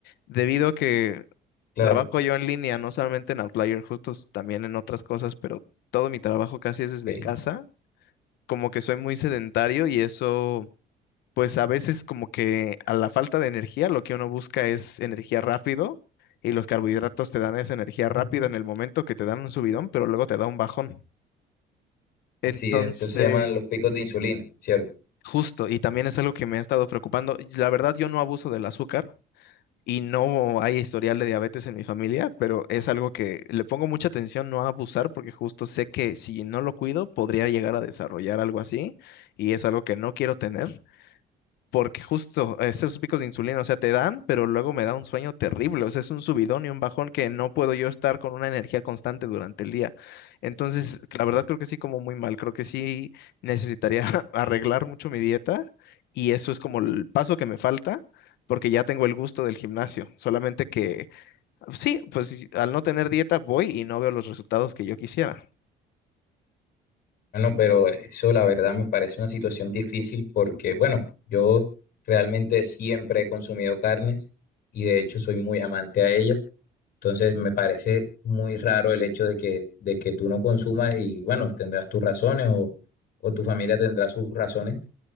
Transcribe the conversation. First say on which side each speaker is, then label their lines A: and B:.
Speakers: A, on the left; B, on the left.
A: debido a que
B: Claro,
A: Trabajo yo en línea, no solamente en Outlier, justo s- también en otras cosas, pero todo mi trabajo casi
B: ok.
A: es desde casa. Como que soy muy sedentario y eso, pues a veces como que a la falta de energía, lo que uno busca es energía rápido y los carbohidratos te dan esa energía rápida
B: Ujú.
A: en el momento que te dan un subidón, pero luego te da un bajón. Entonces,
B: Así es, eso se llaman los picos de insulina, ¿cierto?
A: justo, y también es algo que me ha estado preocupando. y La verdad, yo no abuso del azúcar, y no hay historial de diabetes en mi familia, pero es algo que le pongo mucha atención no a abusar porque justo sé que si no lo cuido podría llegar a desarrollar algo así y es algo que no quiero tener. Porque justo esos picos de insulina, o sea, te dan, pero luego me da un sueño terrible, o sea, es un subidón y un bajón que no puedo yo estar con una energía constante durante el día. Entonces, la verdad creo que sí como muy mal, creo que sí necesitaría <laughs> arreglar mucho mi dieta y eso es como el paso que me falta porque ya tengo el gusto del gimnasio, solamente que sí, pues sí, al no tener dieta voy y no veo los resultados que yo quisiera.
B: Bueno, pero eso la verdad me parece una situación difícil porque, bueno, yo realmente siempre he consumido carnes y de hecho soy muy amante a ellas. Entonces me parece muy raro el hecho de que, de que tú no consumas y, bueno, tendrás tus razones o, o tu familia tendrá sus razones